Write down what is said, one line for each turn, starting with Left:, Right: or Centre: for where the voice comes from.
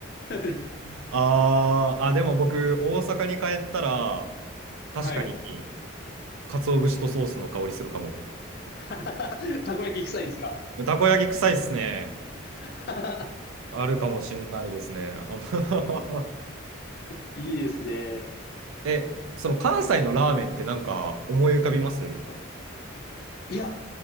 Left: <laughs>
Right: あーあ、でも僕、大阪に帰ったら、確かに、
Left: はい。
Right: 鰹節とソースの香りするかも。
Left: <laughs> たこ焼き臭いんですか
Right: たこ焼き臭いっすね。
Left: <laughs>
Right: あるかもしんないですね。あま
Left: いいですね。
Right: <laughs> え、その関西のラーメンってなんか思い浮かびます
Left: あいや、